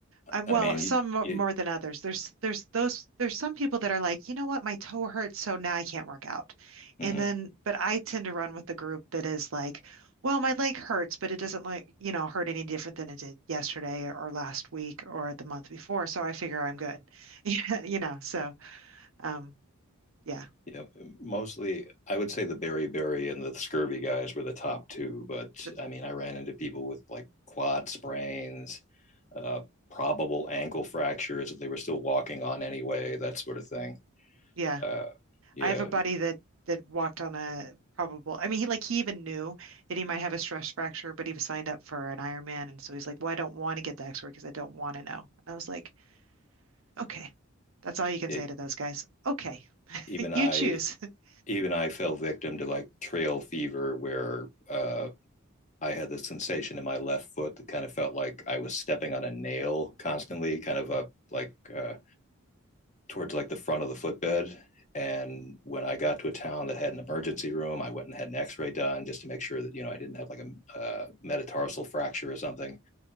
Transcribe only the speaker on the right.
Um,
well,
some mo-
more than others. There's there's those there's some people that are like, you know what, my toe hurts, so now I can't work out.
And then, but I tend to run with the group that is like, well, my leg hurts, but it doesn't like, you know, hurt any different than it did yesterday or last week or the month before. So I figure I'm good. <laughs> Yeah, you know, so um yeah.
But
yeah.
I have a buddy that that walked on a probable. I mean, he like he even knew that he might have a stress fracture, but he was signed up for an Ironman, and so he's like, "Well, I don't want to get the X-ray because I don't want to know." And I was like, "Okay, that's all you can
say
to those guys. Okay, <laughs>
you choose." <laughs>